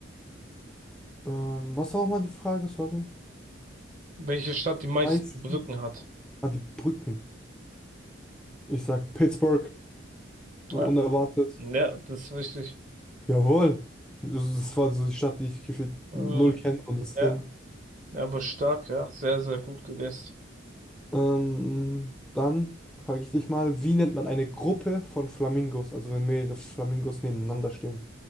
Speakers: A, in the centre; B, on the right.
A: Ähm, was war nochmal die Frage? Sorry.
B: Welche Stadt die meisten
A: Eis.
B: Brücken hat.
A: Ah, die Brücken. Ich sag Pittsburgh. So
B: Ja,
A: unerwartet.
B: ja, das ist richtig.
A: Jawohl. Das das war so die Stadt, die ich gefühlt
B: Mhm.
A: null kenne und deswegen.
B: Ja, ja, aber stark, ja. Sehr, sehr gut gegessen.
A: Ähm, dann frage ich dich mal, wie nennt man eine Gruppe von Flamingos? Also wenn mehrere Flamingos nebeneinander stehen.